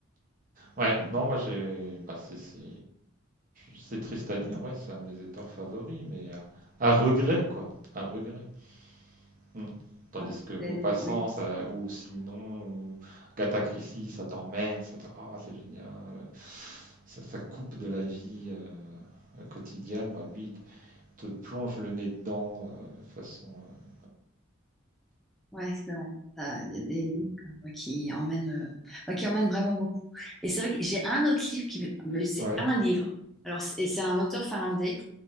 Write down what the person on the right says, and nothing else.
Ouais,
non, moi j'ai, bah, c'est, c'est, c'est triste à dire, ouais, c'est un de mes auteurs favoris, mais à, à, regret, quoi, à regret. Mm. Tandis
que Maupassant,
ça, ou Simon, ou Gata Christie, ça t'emmène, ça oh, c'est génial, ça, ça, coupe de la vie. Euh quotidienne, bah, lui, il te plonge le nez dedans de euh, façon euh,
Ouais,